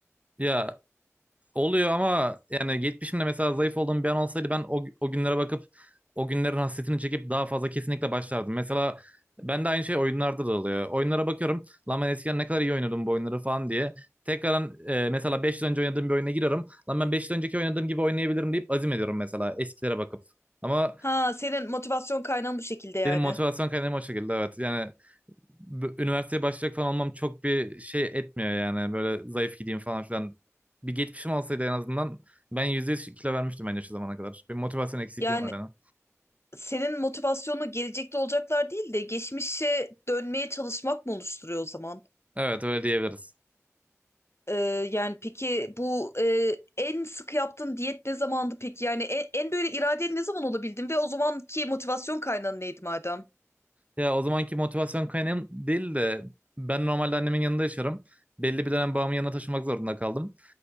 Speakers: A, on the right (about 25°); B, on the left (about 55°).
A: Ya oluyor ama yani geçmişimde mesela zayıf olduğum bir an olsaydı ben o, o günlere bakıp o günlerin hasretini çekip daha fazla kesinlikle başlardım. Mesela ben de aynı şey oyunlarda da oluyor. Oyunlara bakıyorum lan ben eskiden ne kadar iyi oynuyordum bu oyunları falan diye. Tekrardan e, mesela 5 yıl önce oynadığım bir oyuna giriyorum. Lan ben 5 yıl önceki oynadığım gibi oynayabilirim deyip azim ediyorum mesela eskilere bakıp. Ama
B: Ha, senin motivasyon kaynağın bu şekilde yani.
A: benim motivasyon kaynağım o şekilde evet. Yani b- üniversiteye başlayacak falan olmam çok bir şey etmiyor yani. Böyle zayıf gideyim falan filan. Bir geçmişim olsaydı en azından ben %100 kilo vermiştim bence şu zamana kadar. Bir motivasyon eksikliğim
B: Yani
A: var yani.
B: senin motivasyonu gelecekte olacaklar değil de geçmişe dönmeye çalışmak mı oluşturuyor o zaman?
A: Evet öyle diyebiliriz.
B: Ee, yani peki bu e, en sık yaptığın diyet ne zamandı peki? Yani en, en böyle iradeli ne zaman olabildin ve o zamanki motivasyon kaynağın neydi madem?
A: Ya o zamanki motivasyon kaynağım değil de ben normalde annemin yanında yaşarım. Belli bir dönem babamın yanına taşımak zorunda kaldım.